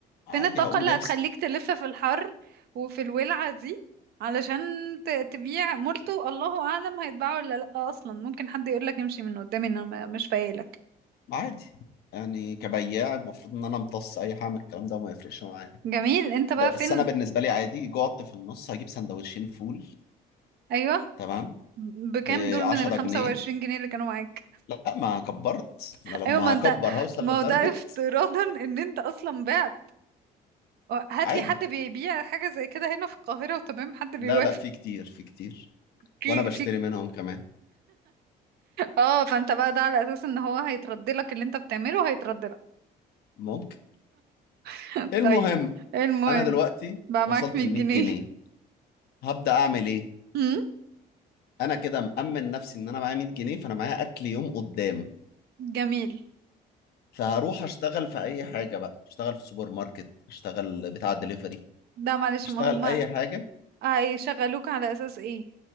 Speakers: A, on the left; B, on the right.
A: عادي
B: فين الطاقة
A: هقوم
B: اللي
A: جايب
B: هتخليك
A: س-
B: تلف في الحر وفي الولعة دي علشان ت- تبيع مولتو الله اعلم هيتباعوا ولا لا اصلا ممكن حد يقولك امشي من قدامي انا ما- مش فايلك
A: عادي يعني كبياع المفروض ان انا امتص اي حاجه من الكلام ده وما يفرقش معايا
B: جميل انت بقى
A: بس
B: فين
A: انا بالنسبه لي عادي جعت في النص هجيب سندوتشين فول
B: ايوه
A: تمام
B: بكام
A: ب
B: دول
A: 10
B: من الخمسة
A: جنيه
B: وعشرين جنيه اللي كانوا معاك
A: لا ما كبرت ما انا لما
B: ايوه ما انت
A: هكبر هوصل
B: ما
A: لتارجت
B: هو ده افتراضا ان انت اصلا بعت هات
A: عادي
B: لي حد بيبيع حاجه زي كده هنا في القاهره وتمام حد بيوافق
A: لا لا في كتير في كتير
B: في
A: وانا بشتري
B: في
A: منهم كمان
B: اه فانت بقى ده على اساس ان هو هيترد لك اللي انت بتعمله هيترد لك
A: ممكن
B: <laughs>
A: المهم
B: طيب المهم
A: انا دلوقتي
B: بقى
A: وصلت
B: معاك 100
A: ل
B: جنيه
A: 100 جنيه هبدأ اعمل ايه
B: أمم،
A: انا كده مأمن نفسي ان انا معايا 100 جنيه فانا معايا اكل يوم قدام
B: جميل
A: فهروح اشتغل في اي حاجة بقى اشتغل في سوبر ماركت اشتغل بتاع دليفري
B: ده معلش
A: اشتغل
B: ما هما
A: اي حاجة
B: هيشغلوك على اساس ايه